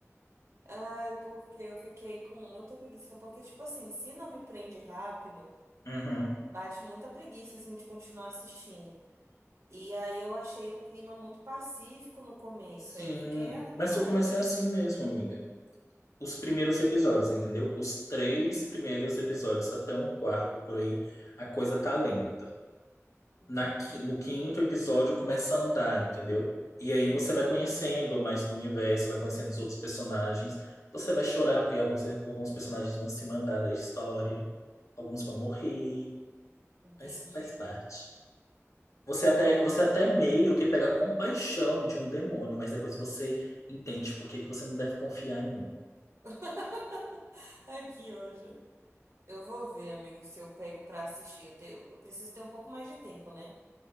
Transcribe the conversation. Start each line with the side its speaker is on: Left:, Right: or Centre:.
Right: <laughs> ai, porque eu fiquei com muita preguiça, porque tipo assim, se não me prende rápido,
Left: Uhum.
Right: bate muita preguiça assim de continuar assistindo. E aí eu achei um clima muito pacífico no começo.
Left: Sim,
Right: Aí eu fiquei,
Left: mas
Right: ai,
Left: eu comecei
Right: gente,
Left: assim mesmo, amiga. Os primeiros episódios, entendeu? Os três
Right: uhum,
Left: primeiros episódios até um quarto por aí, a coisa tá lenta.
Right: entendi,
Left: na qui- no quinto episódio começa a andar, entendeu? E
Right: entendi,
Left: aí você vai conhecendo mais do universo, vai conhecendo os outros personagens. Você vai chorar, porque alguns, alguns personagens vão se mandar da história, alguns vão morrer,
Right: entendi.
Left: mas faz parte. Você até,
Right: Ai, amigo.
Left: você até meio que pega compaixão de um demônio, mas depois você entende por que que você não deve confiar em um.
Right: <laughs> Aqui, hoje. Eu vou ver, amigo, se eu pego pra assistir. Eu, te- eu preciso ter um pouco mais de tempo, né?